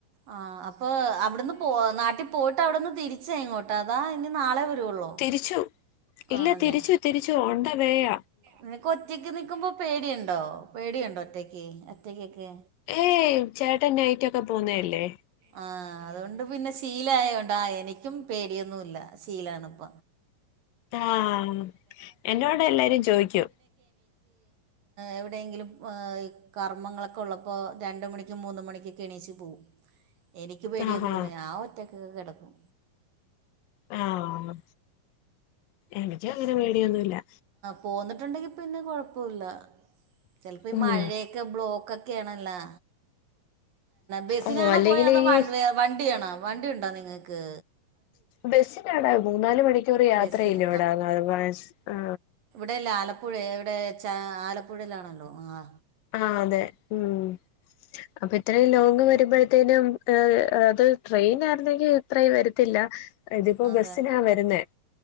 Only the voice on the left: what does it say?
തിരിച്ചു ഇല്ല
തിരിച്ചു തിരിച്ചു ഉണ്ട വേയ
ഏയ് ചേട്ടന്നൈറ്റൊക്കെ പോവുന്നല്ലേ
ആഹ് എന്നോട് എല്ലരും ചോയ്ക്കും
ആഹാ
ആഹ എനിക്ക് അങ്ങനെ മേടിയൊന്നുംല്ല
ഉം
ഓഹ് അല്ലെങ്കില്
ഈ
ബസ്സിനാടാ മൂന്നാല് മണിക്കൂർ യാത്രല്ല
വിടാത് ആ
ആ അതെ ഉം അപ്പൊ ഇത്രയും ലോങ് വരുമ്പോഴത്തേനും അഹ് അത് ട്രെയിൻ ആരുന്നെങ്കിൽ ഇത്രയും വരത്തില്ല ല്ല ഇതിപ്പോൊ
ബസിനാ വരുന്നേ